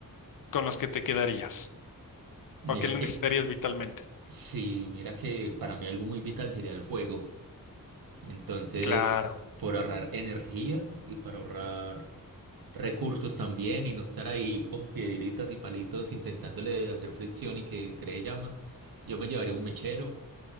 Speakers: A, on the left; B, on the right.
A: con los que te quedarías o
B: Mira
A: que necesitarías
B: que,
A: vitalmente?
B: sí, mira que para mí algo muy vital sería el fuego. Entonces,
A: Claro,
B: por ahorrar energía y para ahorrar recursos también y no estar ahí con piedritas y palitos intentándole hacer fricción y que cree llama, yo me llevaría un mechero,